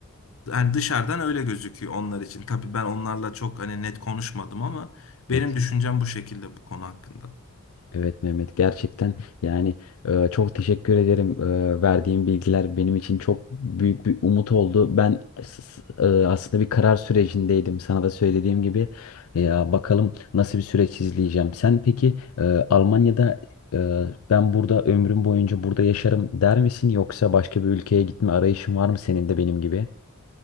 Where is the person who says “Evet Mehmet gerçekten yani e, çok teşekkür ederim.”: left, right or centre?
Left